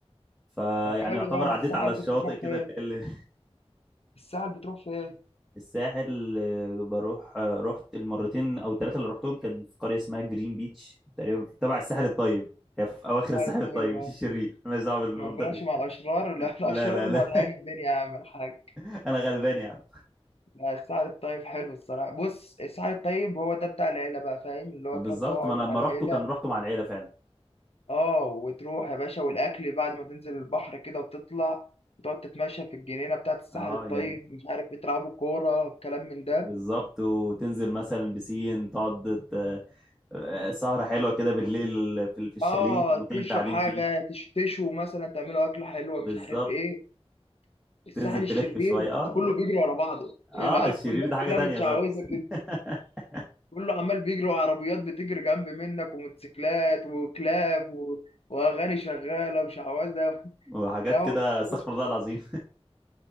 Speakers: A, in the centre; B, on the left.
A: فيعني
B: طب حلو
A: يعتبر
B: بقى
A: عديت
B: الساحل
A: على الشاطئ
B: كنت بتروح
A: كده
B: فين
A: ال- <laughs> ال-
B: الساحل بتروح فين
A: الساحل آه، بروح آه، رحت المرتين او الثلاثه اللي رحتهم كان في قريه اسمها جرين بيتش تقريبا تبع الساحل الطيب هي في اواخر
B: الساحل
A: الساحل
B: الطيب
A: الطيب مش
B: اه
A: الشرير مالناش دعوه بالمنطقه
B: ما بتروحش
A: دي
B: مع الاشرار لا <laughs> الاشرار
A: لا لا لا
B: مولعين الدنيا يا عم الحاج
A: <laughs> انا غلبان يا عم
B: لا الساحل الطيب حلو الصراحه بص الساحل الطيب هو ده بتاع العيله بقى فاهم اللي هو
A: آه، بالظبط
B: تروح تقعد
A: ما انا لما
B: مع
A: رحته
B: العيله
A: كان رحته مع العيله فعلا
B: اه وتروح يا باشا والاكل بعد ما تنزل البحر كده وتطلع وتقعد تتمشى في الجنينه بتاعت الساحل
A: اه
B: الطيب
A: يعني
B: مش عارف بتلعبوا كوره الكلام من ده
A: بالظبط وتنزل مثلا بسين تقعد ت- آه، سهره حلوه كده بالليل في في الشاليه
B: اه
A: في المكان اللي
B: تشرب
A: انت قاعدين
B: حاجه
A: فيه
B: تش- تشوي مثلا تعملوا اكله حلوه
A: بالظبط
B: مش عارف ايه الساحل
A: تنزل تلف
B: الشرير
A: شويه اه
B: انت كله
A: لا.
B: بيجري ورا بعضه العيال
A: اه الشرير
B: كلها
A: ده حاجه
B: كلها
A: تانية
B: متشعوذه
A: خالص <laughs>
B: كده كله عمال بيجري وعربيات بتجري جنب منك وموتوسيكلات وكلاب و... واغاني شغاله وشعوذه
A: وحاجات
B: لا هو
A: كده استغفر
B: الشرير
A: الله العظيم